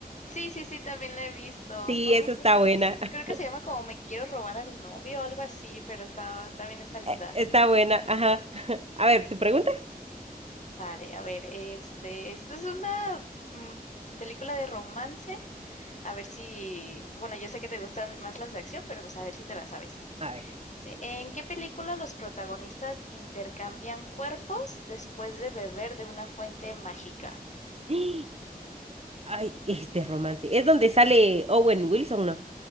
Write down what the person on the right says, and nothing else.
Sí,
esa
está buena,
<laughs>
eh, está buena, ajá. <laughs> A ver, ¿tu pregunta?
A ver.
<gasps> Ay, este romance. ¿Es donde sale Owen Wilson, no?